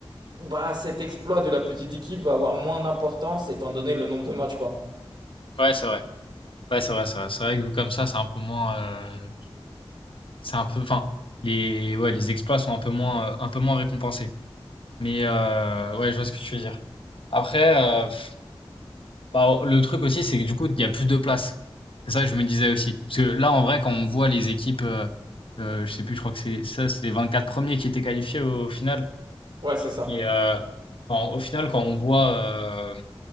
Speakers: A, on the right; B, on the left.
A: bah cet exploit de la petite équipe va avoir moins d'importance étant donné le nombre de matchs, quoi.
B: Ouais, c'est vrai. Ouais, c'est vrai, c'est vrai. C'est vrai que vu comme ça, c'est un peu moins. euh, C'est un peu, enfin, les, ouais, les exploits sont un peu moins, euh, un peu moins récompensés. Mais euh, ouais, je vois ce que tu veux dire. Après, euh, pff, bah, le truc aussi, c'est que du coup, il y a plus de place. C'est ça que je me disais aussi. Parce que là, en vrai, quand on voit les équipes, euh, euh, je sais plus, je crois que c'est ça, c'est les 24 premiers qui étaient qualifiés au final.
A: Ouais, c'est ça.
B: Et euh, enfin, au final, quand on voit, euh,